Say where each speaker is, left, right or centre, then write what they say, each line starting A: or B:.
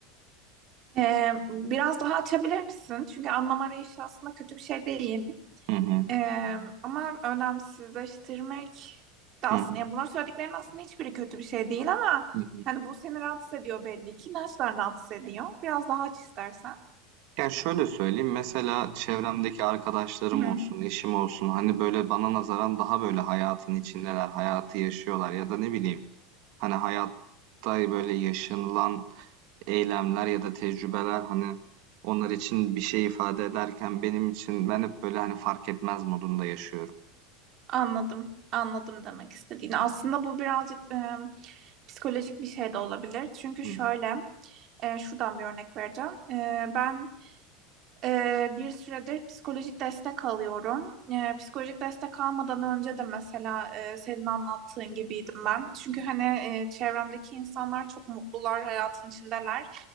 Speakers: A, on the right (about 45°); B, on the right (about 65°).
A: E, biraz daha açabilirsin. Çünkü anlam arayışı aslında kötü bir şey değil.
B: Hı hı,
A: E, ama önemsizleştirmek de aslında.
B: hı hı,
A: Yani bunların söylediklerinin aslında hiçbiri kötü bir şey değil ama
B: hı
A: hani bu seni rahatsız ediyor belli ki. İnançlar rahatsız ediyor.
B: hı.
A: Biraz daha aç istersen.
B: Ya şöyle söyleyeyim mesela çevremdeki arkadaşlarım
A: <clears throat>
B: olsun, eşim olsun hani böyle bana nazaran daha böyle hayatın içindeler, hayatı yaşıyorlar ya da ne bileyim hani hayatta böyle yaşanılan eylemler ya da tecrübeler hani onlar için bir şey ifade ederken benim için ben hep böyle hani fark etmez modunda yaşıyorum.
A: Anladım. Anladım demek istediğini. Aslında bu birazcık e, psikolojik bir şey de olabilir. Çünkü
B: Hı
A: şöyle,
B: hı.
A: e, şuradan bir örnek vereceğim. E, ben e, bir süredir psikolojik destek alıyorum. E, psikolojik destek almadan önce de mesela e, senin anlattığın gibiydim ben. Çünkü hani e, çevremdeki insanlar çok mutlular, hayatın içindeler.